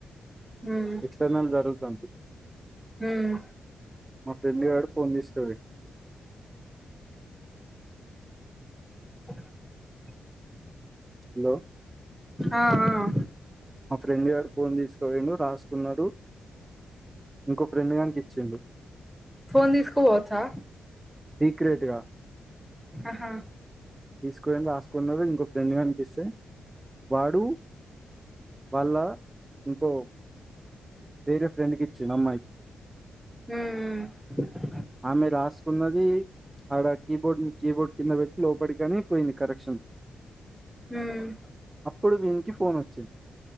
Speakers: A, in the centre; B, on the right (about 25°).
A: ఉమ్మ్
B: ఎక్స్ట్రానల్ జరుగుతుంది
A: ఉమ్
B: మా ఫ్రెండ్ గాడు ఫోన్ తీసుకుపోయి
A: <inaudible>
B: హలో
A: ఆ ఆ
B: మా ఫ్రెండ్ గారు ఫోన్ తీసుకుపోయిండు రాసుకున్నాడు ఇంకో ఫ్రెండ్ గానికి ఇచ్చిండు
A: ఫోన్ తీసుకోపోవచ్చా
B: సీక్రెట్‌గా
A: ఆహా
B: తీసుకొని రాసుకున్నారు ఇంకో ఫ్రెండ్ గానికి ఇస్తే వాడు వాళ్ళ ఇంకో వేరే ఫ్రెండ్‌కి ఇచ్చిండు అమ్మాయికి
A: ఉమ్మ్ ఉమ్మ్
B: ఆమె రాసుకున్నది ఆడ కీబోర్డ్ కీబోర్డ్ కింద పె లోపడికని పోయింది కరెక్షన్
A: ఉమ్మ్
B: అప్పుడు వీనికి ఫోన్ వచ్చిం